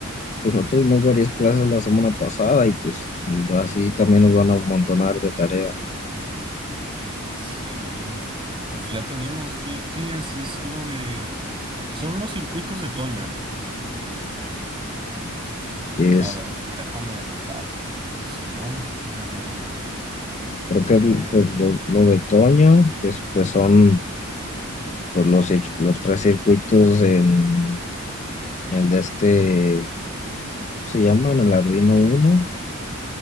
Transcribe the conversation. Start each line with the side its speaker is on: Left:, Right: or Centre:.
Left: pues no tuvimos varias clases la semana pasada y pues así también nos van a amontonar de tarea.
Right: Sí, pues ya tenemos. ¿Qué, qué es? Es lo de... Son los circuitos de Toño.
Left: Es,
Right: A ver, déjame anotar, porque si no, va a valer madres.
Left: creo que es lo,
Right: Es...
Left: pues, lo, lo de Toño, que es, pues son pues, los, cir- los tres circuitos en el de este. se llama en el Arduino uno